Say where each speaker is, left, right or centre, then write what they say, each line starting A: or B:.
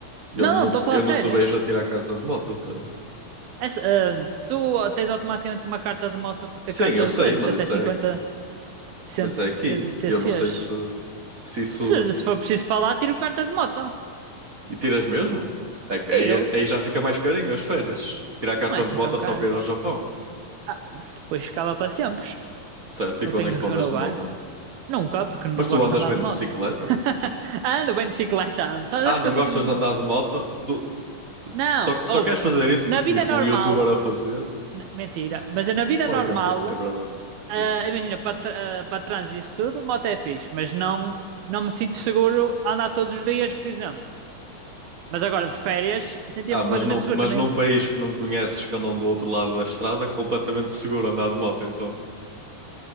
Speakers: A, on the right; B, on the right.
A: Eu
B: Não,
A: não,
B: não, estou
A: te-
B: a falar
A: eu
B: sério.
A: não te vejo a tirar a carta de moto, Pedro.
B: Essa, ah, tu tens automaticamente uma carta de moto por ter
A: Sim,
B: carta
A: eu sei,
B: de coisas,
A: mas
B: até
A: isso
B: 50
A: é,
B: cent,
A: mas isso é aqui.
B: cent, CCs.
A: Eu não sei se, se isso.
B: Se, se for preciso para lá, tiro carta de moto.
A: E tiras mesmo? É que
B: Tiro.
A: aí, aí já fica mais carinho as férias. Tirar a carta
B: Não é assim
A: de moto
B: tão caro.
A: só para ir ao Japão.
B: Ah, depois ficava para sempre.
A: Certo? E
B: Eu
A: quando
B: tenho
A: é que tu
B: que
A: andas
B: renovar.
A: de moto?
B: Nunca, porque não
A: Mas tu
B: gosto
A: andas
B: de andar
A: bem
B: de
A: de
B: moto.
A: bicicleta?
B: <laughs> Ando bem de bicicleta, ando. Só
A: Ah,
B: sabes
A: não
B: que eu sou
A: gostas
B: um.
A: de andar de moto? Tu,
B: Não,
A: tu só, tu
B: ouve.
A: só queres fazer isso
B: Na
A: porque
B: vida
A: viste
B: normal.
A: um youtuber a fazer?
B: n- Mentira, mas na vida
A: Claro
B: normal,
A: que é, ver- é verdade.
B: ah,
A: Diz.
B: imagina, para tra- ah, para trânsito e isso tudo, moto é fixe, mas não, não me sinto seguro a andar todos os dias, por exemplo. Mas agora de férias, sentia-me
A: Ah, mas,
B: completamente
A: no,
B: seguro
A: mas
B: também.
A: num país que não conheces, que andam do outro lado da estrada, é completamente seguro andar de moto, então.